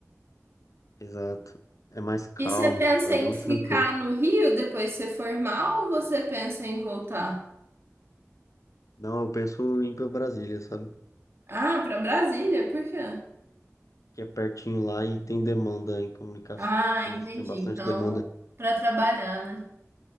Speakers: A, on the left (about 75°); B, on the right (about 50°).
A: exato. É mais calmo,
B: E você pensa
A: é bem
B: em
A: mais
B: ficar
A: tranquilo.
B: no Rio depois de se formar ou você pensa em voltar?
A: Não, eu penso em ir pra Brasília, sabe?
B: Ah, pra Brasília, por quê?
A: Que é pertinho lá e tem demanda em comunicações,
B: Ah, entendi.
A: tem bastante
B: Então,
A: demanda.
B: pra trabalhar, né?